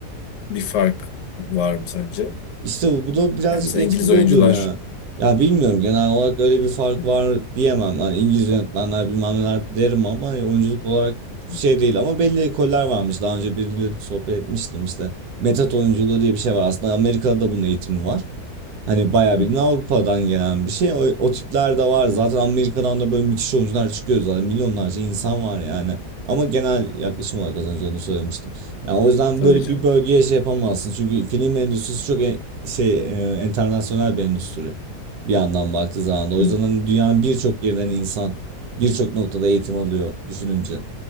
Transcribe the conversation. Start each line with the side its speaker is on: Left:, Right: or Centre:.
Left: bir fark var mı sence?
Right: İşte bu bu da birazcık
Left: Yani mesela
Right: etkiliyordur
Left: İngiliz oyuncular.
Right: ya. Ya bilmiyorum genel olarak öyle bir fark
Left: Hmm,
Right: var diyemem. Hani İngiliz yönetmenler bilmem neler derim ama oyunculuk olarak şey
Left: hmm,
Right: değil ama belli ekoller varmış. Daha önce biriyle de sohbet etmiştim işte. Metot oyunculuğu diye bir şey var. Aslında Amerika'da da bunun eğitimi var. Hani bayağı
Left: hmm.
Right: bildiğin Avrupa'dan gelen bir şey. O, o tipler de var. Zaten Amerika'dan da böyle müthiş oyuncular çıkıyor zaten. Milyonlarca insan var yani. Ama genel yaklaşım olarak az önce onu söylemiştim. Yani o yüzden
Left: Tabii
Right: böyle
Left: canım.
Right: bir bölgeye şey yapamazsın. Çünkü film endüstrisi çok en- şey e, internasyonel bir endüstri. Bir yandan baktığı zaman da. O
Left: Hmm,
Right: yüzden hani dünyanın birçok yerinden insan birçok noktada eğitim alıyor düşününce.